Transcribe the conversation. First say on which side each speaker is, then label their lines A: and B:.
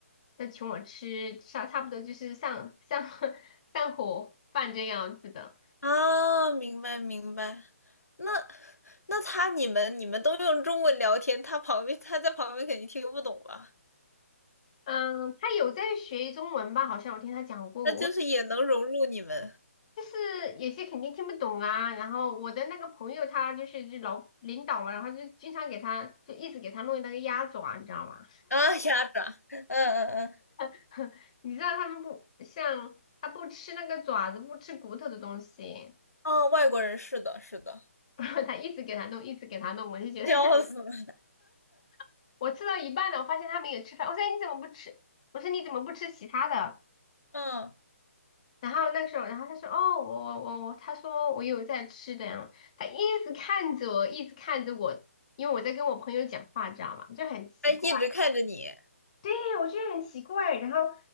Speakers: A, on the left; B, on the left.
A: 他请我吃差差不多就是上上 <laughs> 上火饭这样子的。
B: 啊，明白明白。那那他你们你们都用中文聊天，他旁边他在旁边肯定听不懂吧？
A: 嗯，他有在学中文吧？好像我听他讲过，
B: 那就是也能融入你们
A: 我就是有些肯定听不懂啊。然后我的那个朋友他就是就老领导嘛，然后就经常给他就一直给他弄那个鸭爪，你知道吗？
B: 啊，鸭爪，嗯嗯嗯，
A: <laughs> 你知道他们不像他不吃那个爪子，不吃骨头的东西。
B: 哦，外国人是的，是的，
A: <laughs> 他一直给他弄，一直给他弄，我就觉得
B: 笑死了，
A: <laughs> 我吃到一半了，我发现他没有吃饭，我说哎你怎么不吃？我说你怎么不吃其他的？
B: 嗯，
A: 然后那个时候，然后他说哦我我我我，他说我有在吃的呀，他一直看着我，一直看着我，因为我在跟我朋友讲话，知道吗？就很奇怪，
B: 他一直看着你，
A: 哎，我觉得很奇怪。然后